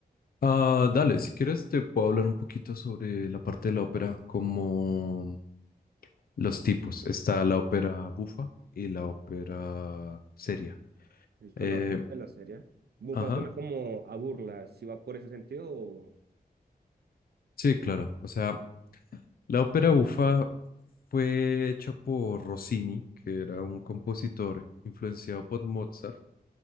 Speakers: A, on the left; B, on the right.
A: Ah, dale, si quieres te puedo hablar un poquito sobre la parte de la ópera, como los tipos. Está la ópera bufa y la ópera seria.
B: ¿Listo
A: Eh,
B: la bufa y la serie? Bufa
A: ajá,
B: suena como a burla, si va por ese sentido o
A: sí, claro. O sea, La ópera bufa fue hecha por Rossini, que era un compositor influenciado por Mozart,